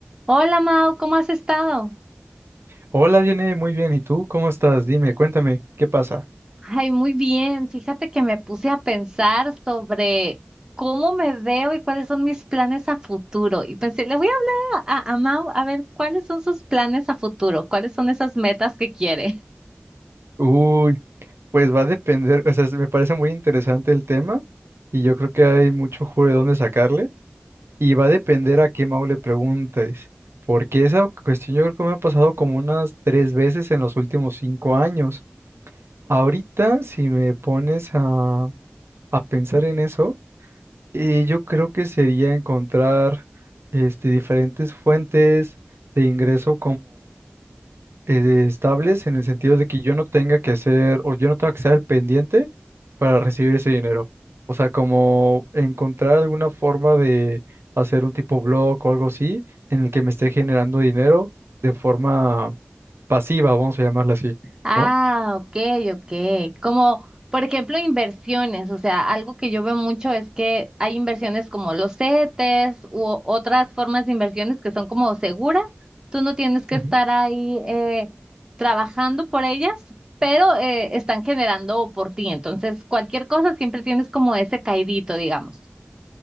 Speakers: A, on the right; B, on the right.
A: Hola Mau, ¿cómo has estado?
B: Hola, viene muy bien. ¿Y tú cómo estás? Dime, cuéntame, ¿qué pasa?
A: Ay, muy bien. Fíjate que me puse a pensar sobre cómo me veo y cuáles son mis planes a futuro. Y pensé, le voy a hablar a, a Mau a ver cuáles son sus planes a futuro, cuáles son esas metas que quiere.
B: Uy, pues va a depender, o sea, se- me parece muy interesante el tema y yo creo que hay mucho jugo de dónde sacarle y va a depender a qué Mau le preguntes, porque esa cuestión yo creo que me ha pasado como unas tres veces en los últimos cinco años. Ahorita, si me pones a, a pensar en eso, eh, yo creo que sería encontrar este, diferentes fuentes de ingreso eh, estables en el sentido de que yo no tenga que hacer o yo no tenga que estar al pendiente para recibir ese dinero. O sea, como encontrar alguna forma de hacer un tipo blog o algo así en el que me esté generando dinero de forma pasiva, vamos a llamarla así,
A: Ah,
B: ¿no?
A: ok, ok. Como, por ejemplo, inversiones. O sea, algo que yo veo mucho es que hay inversiones como los CETES u otras formas de inversiones que son como seguras. Tú no tienes que
B: Ujú.
A: estar ahí eh, trabajando por ellas, pero eh, están generando por ti. Entonces, cualquier cosa siempre tienes como ese caidito, digamos.